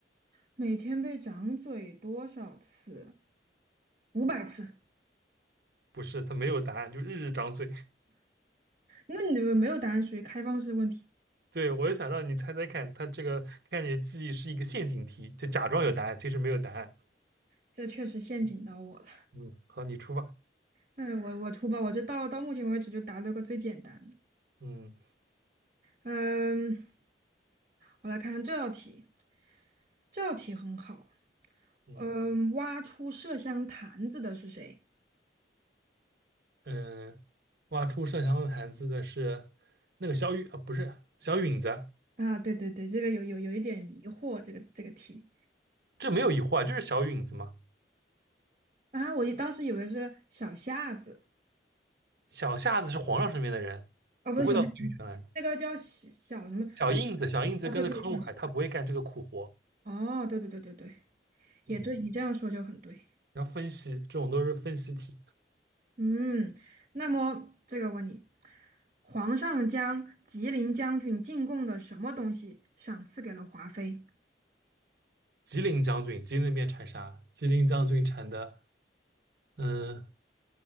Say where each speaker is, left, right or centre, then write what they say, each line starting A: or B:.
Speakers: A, on the right; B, on the right.
A: 每天被掌嘴多少次？五百次。
B: 不是，她没有答案，就日日掌嘴。
A: 那你们没有答案，属于开放式问题，
B: 对，我就想让你猜猜看，他这个看你的记忆是一个陷阱题，就假装有答案，其实没有答案。
A: 这确实陷阱到我了。
B: 嗯，好，你出吧。
A: 嗯，我我出吧，我这到到目前为止就答了个最简单的。
B: 嗯
A: 嗯，我来看看这道题，这道题很好。
B: 嗯
A: 嗯，挖出麝香坛子的是谁？
B: 嗯，呃挖出麝香的坛子的是那个小雨啊，不是小允子，
A: 啊，对对对，这个有有有一点迷惑，这个这个题。
B: 这没有疑惑啊，就是小允子嘛。
A: 啊，我一当时以为是小夏子，
B: 小夏子是皇上身边的人，
A: 哦，不是小夏，
B: 不会到紫禁城来的。
A: 那个叫小小什么，
B: 小印子，
A: 就是
B: 小印子跟着康禄海，
A: 啊，对对对，
B: 他不会干这个苦活。
A: 哦，对对对对对，也对，
B: 嗯，
A: 你这样说就很对。
B: 然后分析这种都是分析题。
A: 嗯，那么这个问你，皇上将吉林将军进贡的什么东西赏赐给了华妃？
B: 吉林将军，吉林那边产啥？吉林将军产的，嗯，